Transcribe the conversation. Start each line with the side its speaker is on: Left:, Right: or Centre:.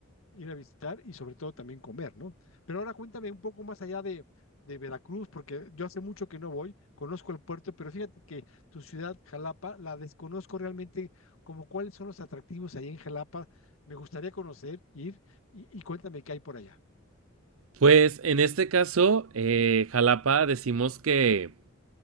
Left: ir a visitar y sobre todo también comer, ¿no? Pero ahora cuéntame un poco más allá de, de Veracruz, porque yo hace mucho que no voy, conozco el puerto, pero fíjate que tu ciudad, Jalapa, la desconozco realmente como cuáles son los atractivos ahí en Jalapa. Me gustaría conocer, ir y, y cuéntame qué hay por allá.
Right: Pues en este caso, eh, Jalapa decimos que